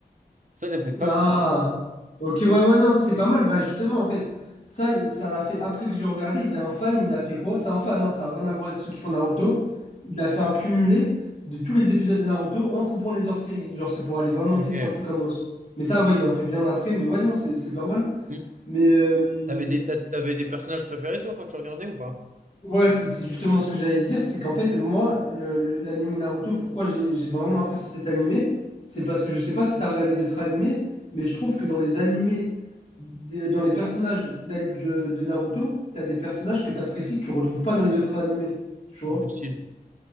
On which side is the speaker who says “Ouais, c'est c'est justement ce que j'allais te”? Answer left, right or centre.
Left